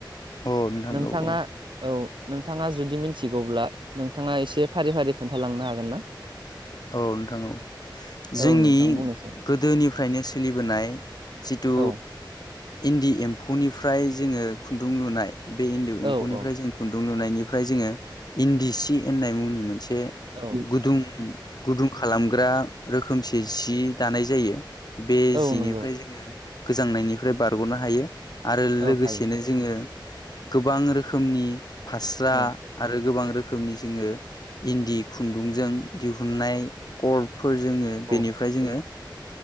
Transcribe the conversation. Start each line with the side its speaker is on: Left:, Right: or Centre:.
Left: औ नोंथां
Right: नोंथाङा
Left: औ औ
Right: औ। नोंथाङा जुदि मिनथिगौब्ला नोंथाङा एसे फारि फारि खोन्थालांनो हागोन ना?
Left: औ नोंथां औ। जोंनि
Right: औ नोंथां बुंनोसै
Left: गोदोनिफ्रायनो सोलिबोनाय जितु
Right: औ
Left: इन्दि एम्फौनिफ्राय जोङो खुन्दुं लुनाय बे इन्दि
Right: औ
Left: एम्फौनिफ्राय
Right: औ
Left: जों खुुन दुं लुनायनिफ्राय जोङो इन्दि सि होननाय मुंनि मोनसे
Right: औ
Left: गुदुं गुदुं खालामग्रा रोखोमसे सि दानाय जायो। बे
Right: औ
Left: जिनिफ्राय
Right: नंगौ
Left: जोङो गोजांनायनिफ्राय बारग'नो हायो। आरो
Right: औ
Left: लोगोसेनो
Right: हायो
Left: जोङो गोबां रोखोमनि फास्रा
Right: औ
Left: आरो गोबां रोखोमनि जोङो इन्दि खुन्दुंजों दिहु हुननाय कर्डफोर जोङो
Right: औ
Left: बेनिफ्राय जोङो